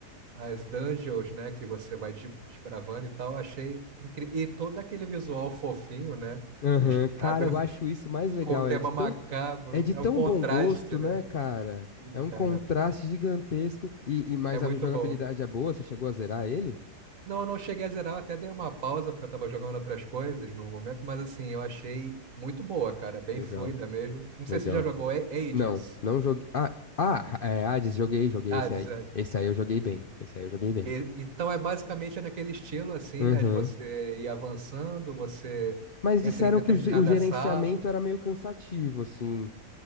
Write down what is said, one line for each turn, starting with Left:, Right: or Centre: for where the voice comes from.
Right: as dungeons, né? Que você vai de- desbravando e tal. Achei incrível. E todo aquele visual fofinho, né?
Left: Aham,
Right: Misturado
Left: Cara,
Right: <laughs>
Left: eu acho isso mais legal.
Right: com o tema
Left: É de tão,
Right: macabro.
Left: é de
Right: É
Left: tão
Right: um contraste,
Left: bom gosto,
Right: né?
Left: né, cara?
Right: Sim,
Left: É um
Right: cara.
Left: contraste gigantesco. E, e mas
Right: É muito
Left: a jogabilidade
Right: bom.
Left: é boa? Você chegou a zerar ele?
Right: Não, eu não cheguei a zerar, eu até dei uma pausa porque eu tava jogando outras coisas no momento, mas assim, eu achei muito boa, cara, bem
Left: Legal,
Right: fluida mesmo. Não sei
Left: legal.
Right: se você já jogou A- Hades.
Left: Não, não joguei. Ah, ah, é, Hades, joguei, joguei
Right: Hades,
Left: esse aí.
Right: Hades.
Left: Esse aí eu joguei bem. Esse aí eu joguei bem.
Right: E- Então é basicamente é naquele estilo assim,
Left: Uhum.
Right: né, de você ir avançando, você
Left: Mas disseram
Right: entra em determinada
Left: que o, ge- o gerenciamento
Right: sala.
Left: era meio cansativo, assim.